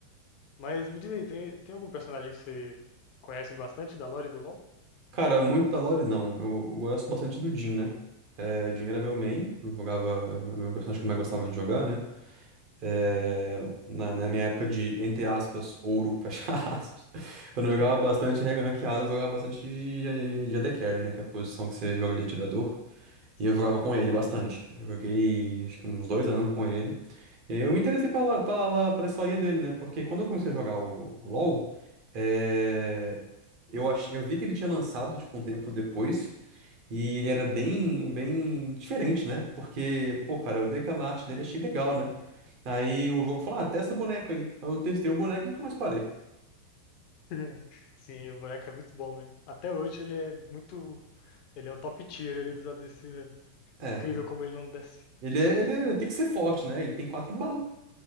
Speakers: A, on the left (about 40°); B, on the right (about 45°).
A: Mas me diz aí, tem, tem algum personagem que você conhece bastante da lore do LoL?
B: Cara, muito da Lore não. Eu, eu gosto bastante do Jhin, né? É, o Jhin era meu main, eu jogava, meu personagem que eu mais gostava de jogar, né? É,
A: Uhum.
B: na, na minha época de, entre aspas, ouro, <laughs> fecha aspas. Quando eu
A: <laughs>
B: jogava bastante ranqueado, eu jogava bastante de, de AD Carry, né? Que é a posição que você joga de atirador.
A: Sim.
B: E eu jogava com ele bastante. Eu joguei acho que uns dois anos com ele. E aí eu me interessei pela, pela, pela historinha dele, né? Porque quando eu comecei a jogar o, o LoL, é, eu, ach, eu vi que ele tinha lançado tipo, um tempo depois. E ele era bem, bem diferente, né? Porque, pô, cara, eu vi aquela arte dele e achei legal, né? Aí o jogo falou, ah, testa o boneco aí. Aí eu testei o boneco e nunca mais parei.
A: <laughs> Sim, o boneco é muito bom mesmo. Até hoje ele é muito. Ele é o top tier ali dos ADC, velho.
B: É,
A: Incrível como ele não desce.
B: ele, é, ele é- tem que ser forte, né? Ele tem quatro balas.